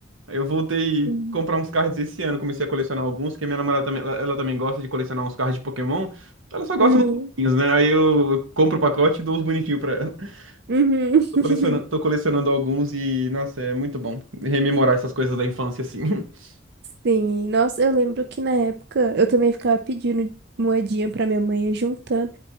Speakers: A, on the right; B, on the right.
A: Aí Eu voltei
B: Uhum.
A: a comprar uns cards esse ano, comecei a colecionar alguns, porque minha namorada também, ela, ela também gosta de colecionar uns cards de Pokémon. Ela só gosta
B: Uhum.
A: dos bonitinhos, né? Aí eu eu compro o pacote e dou os bonitinhos pra ela. <laughs>
B: Uhum. <laughs>
A: Tô colecionando, tô colecionando alguns e, nossa, é muito bom rememorar essas coisas da infância, assim. <laughs>
B: Sim. Nossa, eu lembro que na época eu também ficava pedindo moedinha pra minha mãe ia juntando.